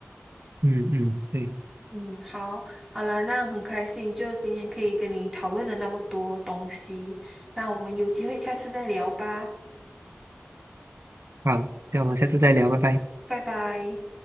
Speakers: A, on the right (about 65°); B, in the centre.
A: 嗯嗯，对，
B: 嗯，好，好啦，那很开心，就今天可以跟你讨论了那么多东西。那我们有机会下次再聊吧，
A: 好，那我们下次再聊，拜拜。
B: 拜拜。